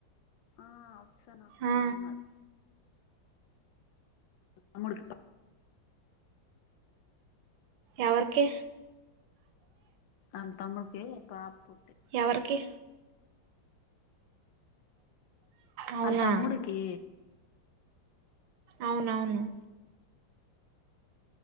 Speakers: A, on the left; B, on the right.
A: ఆ అచ్చన అక్క
B: ఆ
A: అన్నద్ తమ్ముడుకి
B: ఎవరికి
A: అంతమ్మకె పాప్పు
B: ఎవరికీ అవునా
A: అల్ తమ్ముడీ కీ
B: అవునవును